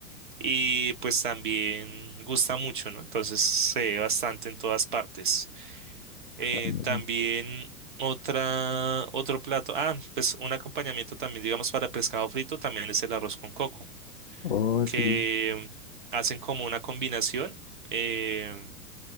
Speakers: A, on the right (about 35°); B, on the left (about 40°).
A: y pues también gusta mucho, ¿no? Entonces se ve bastante en todas partes. Eh,
B: Ah, mira.
A: también otra, otro plato. Ah, pues un acompañamiento también, digamos, para pescado frito también es el arroz con coco,
B: Oh,
A: que
B: sí.
A: hacen como una combinación eh,